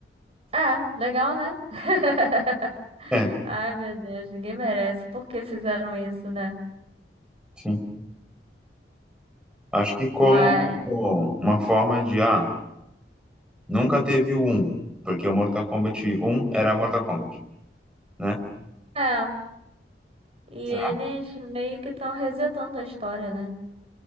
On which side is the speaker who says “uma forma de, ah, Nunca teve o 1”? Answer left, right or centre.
Centre